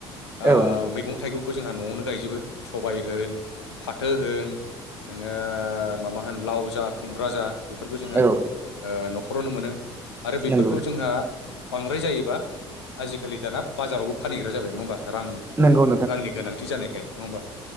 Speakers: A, on the left (about 75°); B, on the right (about 15°).
A: ओ
B: औ नोंथां
A: मैगं थाइगंखौ जोंहा न'आवनो गायजोबो सबाय होन फाथो होन नोङो माबा होन लाव जा खुमब्रा जा बेफोरखौ जोङो
B: औ
A: ओ न'खरावनो मोनो आरो बेफोरखौ
B: नंगौ
A: जोंहा बांद्राय जायोबा आजिखालि दाना बाजारावबो फानहैग्रा जाबाय नङा होमबा रां
B: नंगौ
A: रांनि गोनांथि जानायखाय नङा होमबा -?